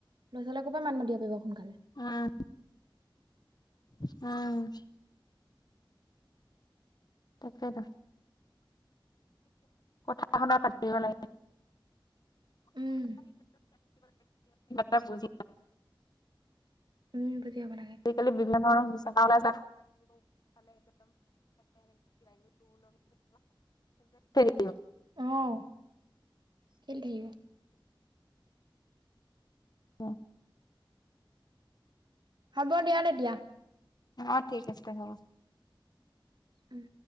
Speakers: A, on the right (about 60°); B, on the left (about 50°).
A: লৰা ছোৱাল কৰব মাতি পাৰিব। সোনকালে
B: আহ, উম। তাকে ন কথা শুনা পাতিব লাগে।
A: উম
B: থা বুজ
A: উম, পাব লাগে
B: সেইিকালি বিভিন্ন ধৰণৰ মুচা উলাইছে। <unintelligible>
A: অহ, খেলি থাকিব।
B: অ',
A: হ'ব দিয় তেতিয়া।
B: অ, ঠিক আছে হ'ব।
A: উম,